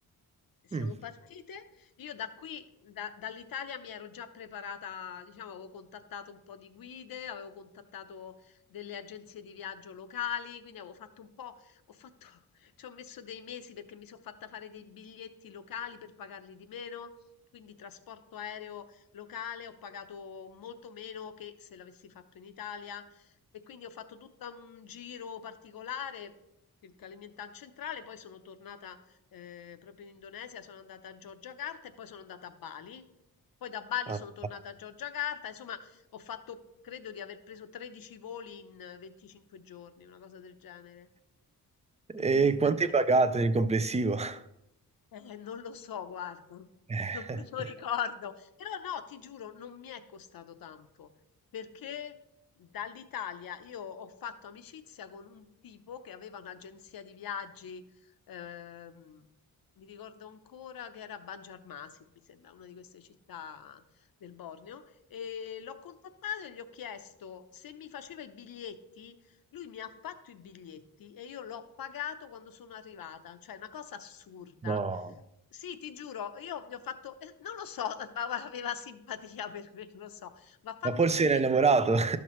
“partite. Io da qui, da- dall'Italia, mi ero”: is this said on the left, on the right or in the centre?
Left